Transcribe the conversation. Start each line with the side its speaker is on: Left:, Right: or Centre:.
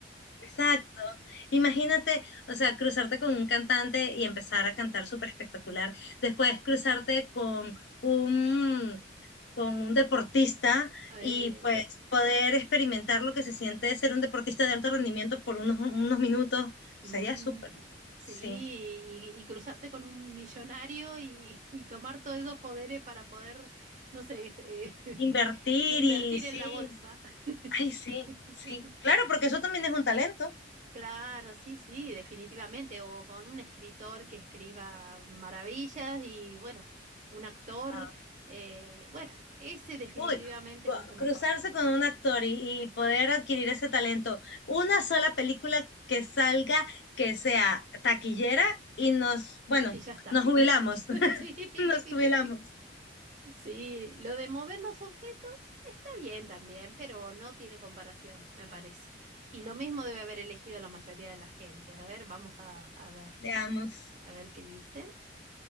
Left: Exacto. Imagínate, o sea, cruzarte con un cantante y empezar a cantar súper espectacular. Después cruzarte con un, con un deportista
Right: <laughs> Eh,
Left: y pues poder experimentar lo que se siente ser un deportista de alto rendimiento por unos, unos minutos. Sería
Right: Mm,
Left: súper,
Right: sí,
Left: sí.
Right: y, y cruzarte con un millonario y, y tomar todos esos poderes para poder, no sé, eh, <laughs>
Left: Invertir
Right: invertir
Left: y sí.
Right: en la bolsa.
Left: Ay, sí,
Right: <laughs>
Left: sí. Claro, porque eso también es un talento.
Right: Claro, sí, sí, definitivamente. O con un escritor que escriba maravillas y bueno, un actor,
Left: Ah.
Right: eh, bueno, ese definitivamente
Left: Uy, cu-
Right: es mucho mejor.
Left: cruzarse con un actor y, y poder adquirir ese talento. Una sola película que salga, que sea taquillera y nos, bueno,
Right: Y ya está.
Left: nos jubilamos,
Right: <laughs>
Left: <laughs>
Right: Sí.
Left: nos jubilamos,
Right: Sí, lo de mover los objetos está bien también, pero no tiene comparación, me parece. Y lo mismo debe haber elegido la mayoría de la gente. A ver, vamos a, a ver,
Left: veamos.
Right: a ver qué dice.